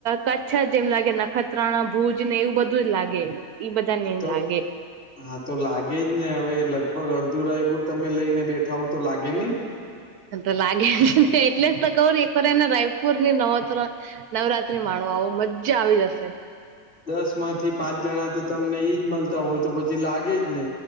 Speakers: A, on the right (about 75°); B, on the left (about 35°).
A: કચ્છ જેમ લાગે નખત્રાણા ભુજ ને એવું બધું જ લાગે ઈ બધા ને
B: હા
A: એવું
B: તો
A: લાગે.
B: હા તો લાગે જ ને હવે લગભગ અડધુ રાયપુર તમે લઈ ને બેઠા હો તો લાગે નહી. <unintelligible>
A: તો લાગેને એટલે જ તો કવરી ને રાયપુર ની નવત્ર નવરાત્રી માણો આવો મજ્જા આવી જશે.
B: દસ માંથી પાંચ જણા તો તમને ઈદ મળતા હોય તો પછી લાગે જ ને.